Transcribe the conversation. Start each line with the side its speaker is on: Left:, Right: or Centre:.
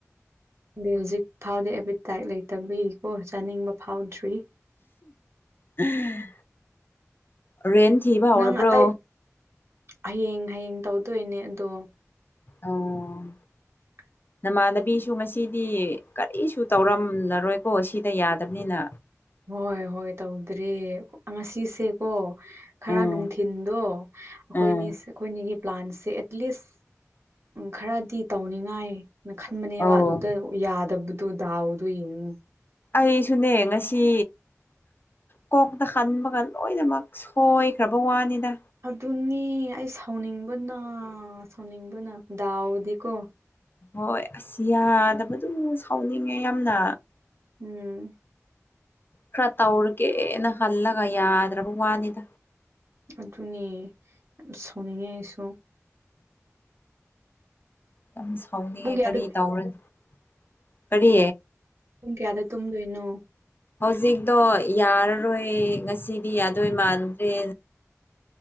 Right: ꯑ ꯍꯧꯖꯤꯛ ꯐꯥꯎꯗꯤ ꯑꯦꯄꯤꯇꯥꯏꯠ ꯂꯩꯇꯕꯤꯀꯣ ꯆꯥꯅꯤꯡꯕ ꯐꯥꯎꯗ꯭ꯔꯤ
Left: ꯑ ꯔꯦꯟ ꯊꯤꯕ ꯍꯧꯔꯕ꯭ꯔꯣ
Right: ꯅꯪ ꯑꯇꯩ ꯍꯌꯦꯡ ꯍꯌꯦꯡ ꯇꯧꯗꯣꯏꯅꯦ ꯑꯗꯣ <unintelligible>
Left: ꯑꯣ ꯅꯃꯥꯟꯅꯕꯤꯁꯨ ꯉꯁꯤꯗꯤ ꯀꯔꯤꯁꯨ ꯇꯧꯔꯝꯂꯔꯣꯏꯀꯣ ꯁꯤꯗ ꯌꯥꯗꯕꯅꯤꯅ
Right: ꯍꯣꯏ ꯍꯣꯏ ꯇꯧꯗ꯭ꯔꯦ ꯉꯁꯤꯁꯦ ꯀ ꯈꯔ
Left: ꯎꯝ
Right: ꯅꯨꯡꯊꯤꯤꯟꯗꯣ ꯑꯩꯈꯣꯏ
Left: ꯎꯝ
Right: ꯑꯩꯈꯣꯏꯅꯤꯒꯤ ꯄ꯭ꯂꯥꯟꯁꯦ ꯑꯦꯠꯂꯤꯁ ꯈꯔꯗꯤ ꯇꯧꯅꯤꯡꯉꯥꯏ ꯅ ꯈꯟꯕꯅꯦꯕ
Left: ꯑꯣ
Right: ꯑꯗꯨꯗ ꯌꯥꯗꯕꯗꯨꯣ ꯗꯥꯎꯗꯣ ꯌꯦꯡꯉꯨ
Left: ꯑꯩꯁꯨꯅꯦ ꯉꯁꯤ ꯀꯣꯛꯇ ꯍꯟꯕꯒ ꯂꯣꯏꯅꯃꯛ ꯁꯣꯏꯈ꯭ꯔꯕ ꯋꯥꯅꯤꯗ
Right: ꯑꯗꯨꯅꯦ ꯑꯩ ꯁꯥꯎꯅꯤꯡꯕꯅ ꯁꯥꯎꯅꯤꯡꯕꯅ ꯗꯥꯎꯗꯤꯀꯣ
Left: ꯍꯣꯏ ꯑꯁꯤ ꯌꯥꯗꯕꯗꯨ ꯁꯥꯎꯅꯤꯡꯉꯦ ꯌꯥꯝꯅ
Right: ꯎꯝ
Left: ꯈꯔ ꯇꯧꯔꯒꯦꯅ ꯈꯜꯂꯒ ꯌꯥꯗ꯭ꯔꯕ ꯋꯥꯅꯤꯗ
Right: ꯑꯗꯨꯅꯦ ꯌꯥꯝ ꯁꯥꯎꯅꯤꯡꯉꯦ ꯑꯩꯁꯨ
Left: ꯌꯥꯝ ꯁꯥꯎꯅꯤꯡꯉꯦ
Right: ꯄꯨꯡ ꯀꯌꯥꯗ
Left: ꯀꯔꯤ ꯇꯧꯔꯅꯣ ꯀꯔꯤ
Right: ꯄꯨꯡ ꯀꯌꯥꯗ ꯇꯨꯝꯗꯣꯏꯅꯣ
Left: ꯍꯧꯖꯤꯛꯇꯣ ꯌꯥꯔꯔꯣꯏ ꯉꯁꯤꯗꯤ ꯌꯥꯗꯣꯏ ꯃꯥꯟꯗ꯭ꯔꯦ